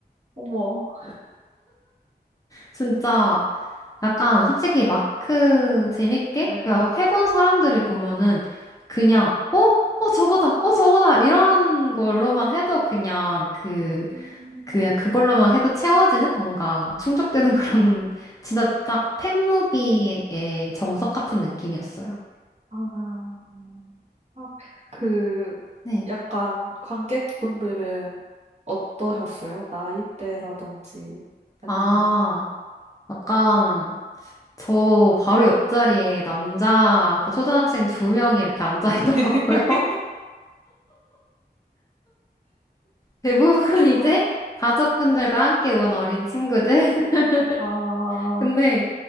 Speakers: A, on the right; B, on the left.
A: 어머.
B: 진짜 약간 솔직히 마크 재밌게
A: 네.
B: 그냥 해본 사람들이 보면은 그냥 어? 어 저거다. 어 저거다. 이런 걸로만 해도 그냥 그
A: 음.
B: 그 그걸로만 해도 채워지는 뭔가 충족되는 그런 <laughs> 진짜 딱 팬무비의 정석 같은 느낌이었어요.
A: 아, 아, 그,
B: 네.
A: 약간 관객분들은 어떠셨어요? 나이대라든지 아니면,
B: 아, 약간 저 바로 옆자리에 남자 그 초등학생 두 명이 이렇게 앉아 있더라고요.
A: <laughs>
B: 대부분 <laughs> 이제
A: 아,
B: 가족분들과 함께 온 어린 친구들.
A: 아,
B: <laughs> 근데,